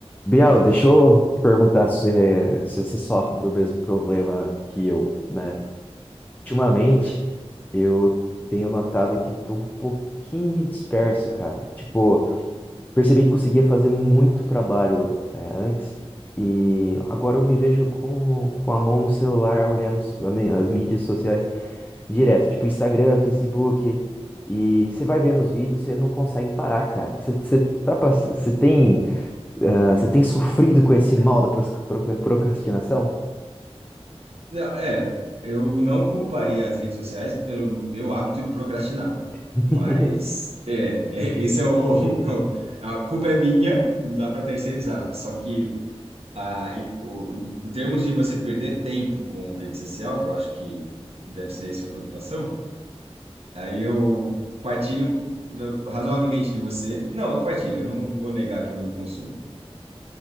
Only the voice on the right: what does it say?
Não, é, eu não culparia as redes sociais pelo meu hábito de procrastinar,
mas é, é, isso é o, <laughs> a culpa é minha, não dá para terceirizar. Só que a, e- o, em termos de você perder tempo com rede social, que eu acho que, que deve ser a sua preocupação, aí eu partilho da- razoavelmente de você. Não, eu partilho, eu não vou negar que eu não consumo.